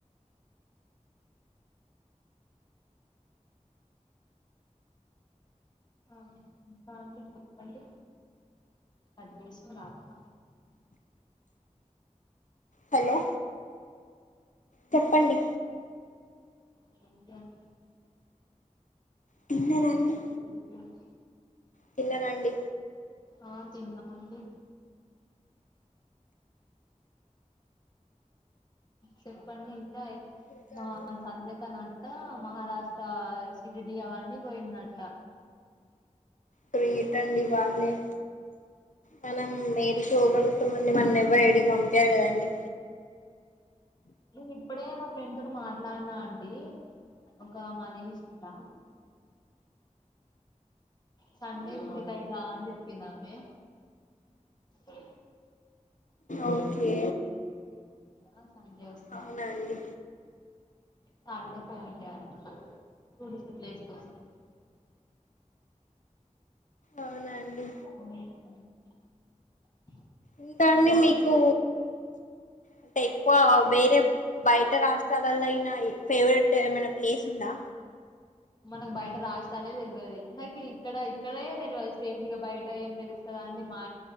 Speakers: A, on the left; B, on the left.
A: ఆ బాండి చెప్పండి అద్దేశం రాక్క
B: హలో చెప్పండి
A: <inaudible>
B: తిన్నార అండి
A: ఇప్పుడొత్తన్న
B: తిన్నారా అండి
A: ఆ తిన్నామండి చెప్పండి ఇంకా
B: ఇంకా
A: మా
B: అండి
A: సంధ్యగా నా ఆ మహారాష్ట్ర శిరిడి అవన్నీ పోయిందంట
B: గ్రేటండి వాళ్ళే మనం ఏడికి పోగలుగుతామండి మనల్ని ఎవ్వరు ఏడికి పంపారు కదండి
A: నేను ఇప్పుడే మా వింటూ మాట్లాడినా అండి ఒక మనీ విషయం లో సండే <unintelligible> అయిందా అని చెప్పినామే అ
B: ఓకే
A: ఆ సండే వస్త
B: అవునా అండి
A: సాటర్డే ఫోన్ చేయాలి. మళ్ళ టూరిస్ట్ ప్లేస్ కోసం
B: అవునా అండి
A: మ్మ్ హ్మ్
B: ఇంకా అండి మీకు అంటే ఎక్కువ వేరే బయట రాష్ట్రాలలో అయినా ఫేవరెట్ ఏమైనా ప్లేస్ ఉందా
A: మనకు బయట రాజధానే తెల్వదు ఇక ఇక్కడ ఇక్కడే తెలవదు సే ఇగ బయట ఏం తె స్తా అండి మా